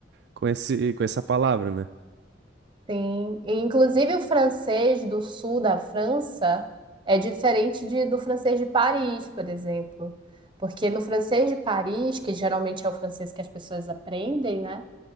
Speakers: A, on the right; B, on the right.
A: com esse, com essa palavra, né?
B: Sim, e, inclusive o francês do sul da França é diferente de, do francês de Paris, por exemplo. Porque no francês de Paris, que geralmente é o francês que as pessoas aprendem, né?